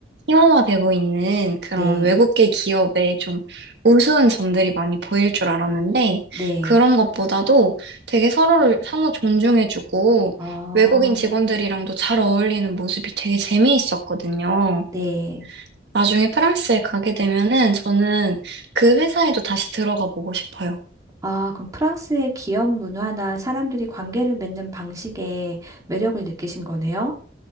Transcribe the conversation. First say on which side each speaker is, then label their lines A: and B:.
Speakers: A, on the right; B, on the right.
A: 희화화되고 있는 그런
B: 네,
A: 외국계 기업의 좀 우스운 점들이 많이 보일 줄 알았는데
B: 네.
A: 그런 것보다도 되게 서로를 상호 존중해주고
B: 어,
A: 외국인 직원들이랑도 잘 어울리는 모습이 되게 재미있었거든요.
B: 네.
A: 나중에 프랑스에 가게 되면은 저는 그 회사에도 다시 들어가 보고 싶어요.
B: 아, 그럼 프랑스의 기업 문화나 사람들이 관계를 맺는 방식에 매력을 느끼신 거네요?